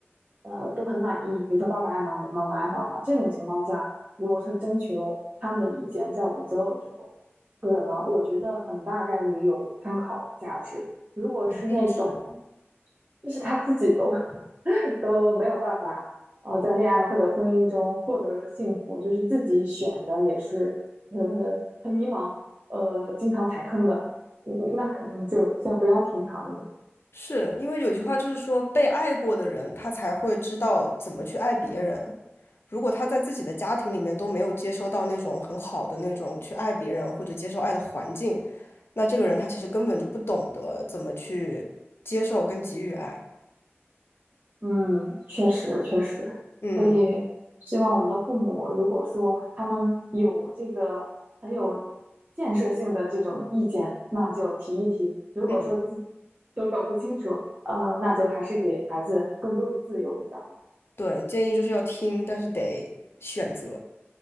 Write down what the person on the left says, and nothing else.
一定是。
是因为有句话就是说，被爱过的人，他才会知道怎么去爱别人。如果他在自己的家庭里面都没有接收到那种很好的那种去爱别人或者接受爱的环境，那这个人他其实根本就不懂得怎么去接受跟给予爱。
嗯
嗯，
对，建议就是要听，但是得选择。